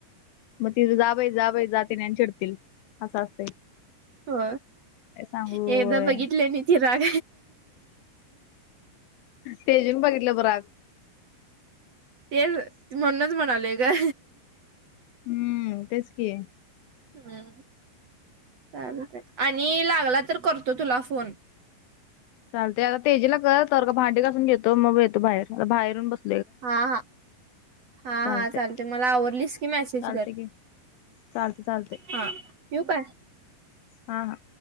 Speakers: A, on the left (about 80°); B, on the right (about 45°).
A: मग तिज जाबई जाबई जा त्यांनी आणि चिडतील असं असतंय.
B: हो
A: काय सांगू
B: एकदा
A: होय
B: बघितले आणि ति राग.
A: तेजून बघितलं बग राग.
B: तेच म्हणूनच म्हणालेय ग
A: हम्म तेच की
B: ह चालतय आणि लागला तर करतो तुला फोन
A: चालते आता तेजीला कर तर का भांडी घासून घेतो मग येतो बाहेर आता बाहेरून बस
B: हा हा हा
A: चालतंय
B: हा चालते मला आवरलीस की मेसेज
A: चालतंय
B: कर
A: की चालतंय चालतंय
B: हा ठेऊ काय?
A: हा हा